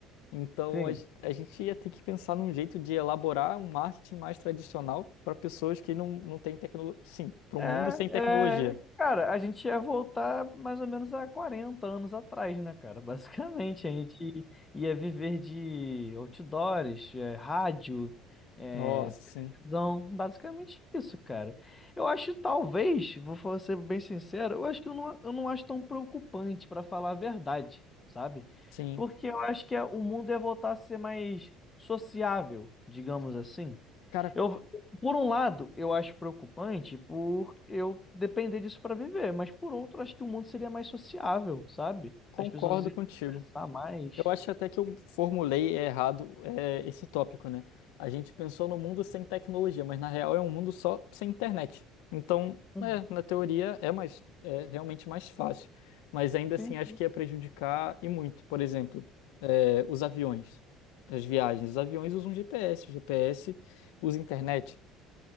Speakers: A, on the left; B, on the left.
A: Então
B: sim.
A: a, ge- a gente ia ter que pensar num jeito de elaborar um marketing mais tradicional para pessoas que não, não têm tecnologia. Sim, para
B: É,
A: um mundo sem tecnologia.
B: é, cara, a gente ia voltar mais ou menos há 40 anos atrás, né, cara? <laughs> Basicamente, a gente ia viver de outdoors, é, rádio, é,
A: Nossa, sim,
B: televisão, basicamente isso, cara. Eu acho, talvez, vou fa- ser bem sincero, eu acho que eu não, eu não acho tão preocupante, pra falar a verdade, sabe?
A: sim.
B: Porque eu acho que é- o mundo ia voltar a ser mais sociável, digamos assim.
A: Cara,
B: Eu, por um lado, eu acho preocupante por eu depender disso para viver, mas por outro, acho que o mundo seria mais sociável, sabe?
A: concordo
B: As pessoas iam
A: contigo.
B: conversar mais.
A: Eu acho até que eu formulei errado, é, esse tópico, né? A gente pensou no mundo sem tecnologia, mas na real é um mundo só sem internet. Então,
B: Hum,
A: é, na teoria é mais, é realmente mais fácil. Mas ainda
B: sim.
A: assim acho que ia prejudicar e muito. Por exemplo, é, os aviões, as viagens. Os aviões usam GPS, o GPS usa internet.